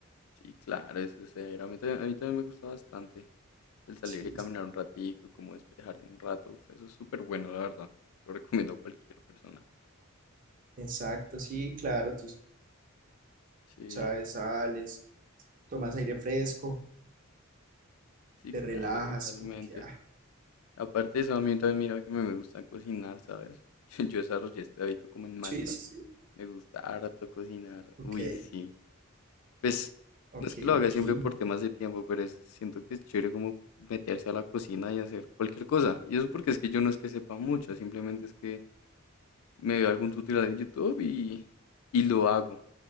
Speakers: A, on the left; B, on the right.
A: sí, claro, eso es cero. A mí también, a mí también me gusta bastante. El salir
B: Sí,
A: y caminar un ratico, como despejarse un rato, uf, eso es súper bueno, la verdad. Lo recomiendo a cualquier persona.
B: exacto, sí, claro, tú
A: Sí,
B: sabes, sales, tomas aire fresco,
A: sí,
B: te
A: claro,
B: relajas,
A: totalmente.
B: como que, ah,
A: Aparte de eso, a mí también mira que me me gusta cocinar, ¿sabes? <laughs> Yo desarrollé este hábito como en Malta.
B: sí, sí, sí,
A: Me gusta harto cocinar.
B: ok.
A: Uy, sí. Pues
B: Ok,
A: no es que lo haga
B: ok.
A: siempre
B: Y lo
A: por temas de tiempo, pero es- siento que es chévere como meterse a la cocina y hacer cualquier cosa. Y eso porque es que yo no es que sepa mucho, simplemente es que me veo algún tutorial en YouTube y, y lo hago.